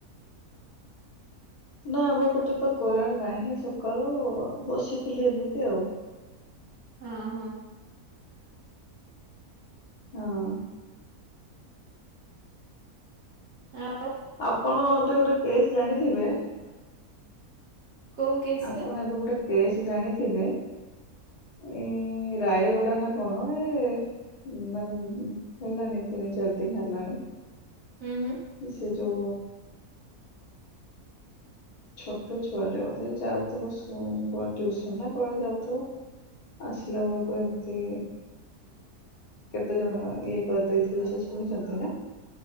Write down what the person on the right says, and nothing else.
ହଁ ହଁ।
ଆ
କୋଉ କେସ୍
ଟା
ହୁଁ ହୁଁ।